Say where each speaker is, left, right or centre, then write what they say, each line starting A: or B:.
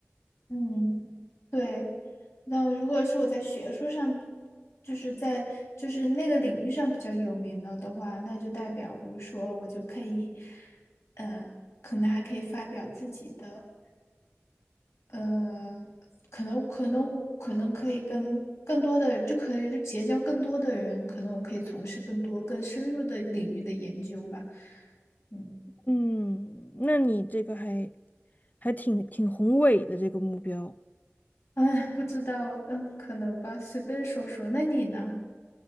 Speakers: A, on the left (about 80°); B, on the left (about 40°).
A: 嗯，对。那如果是我在学术上比就是在就是那个领域上比较有名了的话，那就代表，比如说我就可以，呃，可能还可以发表自己的，呃，可能可能我可能可以跟更多的，就可以就结交更多的人，可能我可以从事更多更深入的领域的研究吧。嗯，
B: 嗯，那你这个还还挺挺宏伟的这个目标。
A: 哎，不知道，嗯，可能吧，随便说说。那你呢？